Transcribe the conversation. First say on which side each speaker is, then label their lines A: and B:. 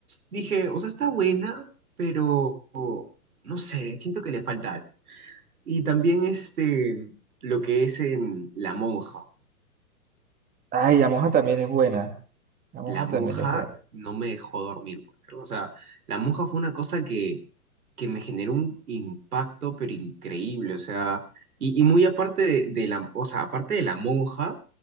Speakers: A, on the right; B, on the right.
A: dije, o sea, está buena, pero no sé, siento que le falta algo. Y también este, lo que es em, La Monja.
B: Ay, la moja también es buena. La moja
A: La Monja
B: también es buena.
A: no me dejó dormir, pues, creo. O sea, La Monja fue una cosa que, que me generó un impacto, pero increíble. O sea, y, y muy aparte de, de la, o sea, aparte de La Monja,